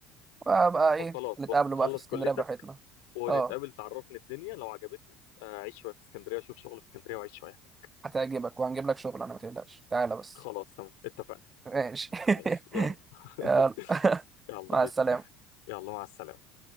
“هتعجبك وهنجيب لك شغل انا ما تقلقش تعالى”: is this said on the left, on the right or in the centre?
Right